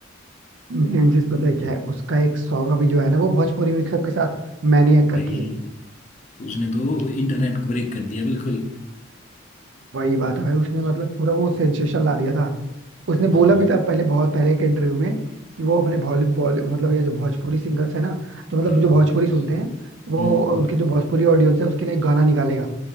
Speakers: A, on the right; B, on the left.
A: मेन चीज पता है क्या है उसका एक सॉन्ग अभी जो है ना वो भोजपुरी मिक्सअप के साथ मैनिएक
B: भाई
A: करके है।
B: तो उसने तो इंटरनेट को ब्रेक कर दिया बिल्कुल
A: वही बात है भाई उसने मतलब पूरा वो सेंसेशन ला दिया था उसने
B: हाँ
A: बोला भी था पहले बहुत पहले एक इंटरव्यू में कि वो अपने बॉली बॉली मतलब ये जो भोजपुरी सिंगर्स है ना तो मतलब
B: हाँ
A: जो भोजपुरी सुनते हैं वो
B: हम्म
A: उनके जो भोजपुरी ऑडियंस है उसके लिए गाना निकालेगा